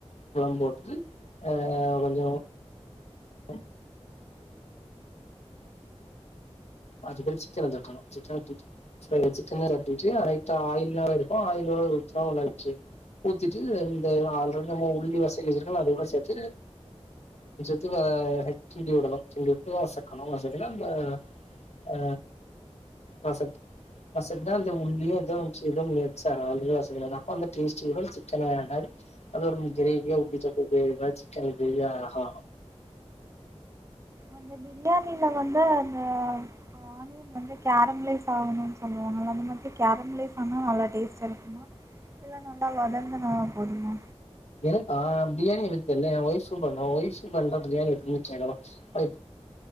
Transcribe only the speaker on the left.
உப்லா போட்டு ஆ கொஞ்ச <inaudible> <inaudible> அது கூட சிக்கன தூக்கணு சிக்கன தூக்கி ஃப்ரை சிக்கன பெரட்டிட்டு லைட்டா ஆயில்லாவு இருக்கு ஆயிலோடா <unintelligible> ஊத்திட்டு இந்த ஆல்ரெடி நம்ம உள்ளி வசக்கி வச்சிருக்கோல அது கூட சேத்து <unintelligible> ஆ கிண்டி விடணு கிண்டி விட்டு வசக்கணு வசக்குனா அந்த ஆ வசக் வசக்குனா அந்த உள்ளியு இது இதும் மிக்ஸாயி ஆல்ரெடி வசக்குனதா அந்த டேஸ்ட்டியோட சிக்கனு ஆட் ஆகி அது ஒரு கிரேவியா உள்ளி சப்பாத் கிரேவி மார் சிக்கன் கிரேவி மார் ஆ
எனக்கா பிரியாணிய பத்தி தெர்ல ஏ ஒய் சூப்பருங்க ஒய்ப்ஸ் வந்தா பிரியாணி எப்பிடி கேக்கனு ஒய்ப்